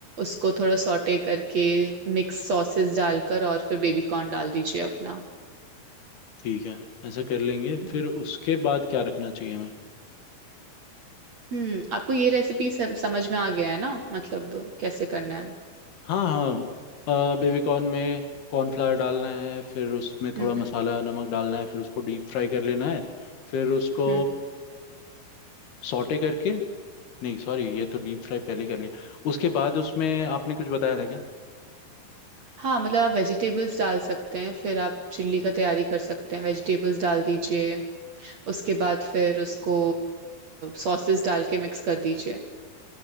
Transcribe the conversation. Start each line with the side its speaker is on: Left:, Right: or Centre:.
Right: उसको थोड़ा सॉटे करके मिक्स सॉसेस डालकर और फिर बेबी कॉर्न डाल दीजिए अपना
Left: ठीक है ऐसा कर लेंगे
Right: हम्म।
Left: फिर उसके बाद क्या रखना चाहिए हमें
Right: हम्म आपको ये रेसिपी समझ में आ गया है ना मतलब कैसे करना है
Left: हाँ हाँ बेबी कॉर्न में कॉर्नफ्लावर डालना है फिर उसमें
Right: हम्म
Left: थोड़ा मसाला
Right: हम्म
Left: नमक डालना है फिर उसको डीप फ्राई कर लेना है फिर उसको
Right: हम्म।
Left: सॉटे करके नहीं सॉरी ये तो डीप फ्राई पहले कर लिया उसके बाद उसमें आपने कुछ बताया था क्या
Right: हाँ मतलब आप वेजिटेबल्स डाल सकते हैं फिर आप चिल्ली का तैयारी कर सकते हैं वेजिटेबल्स डाल दीजिए उसके बाद फिर उसको सॉसेस डाल के मिक्स कर दीजिए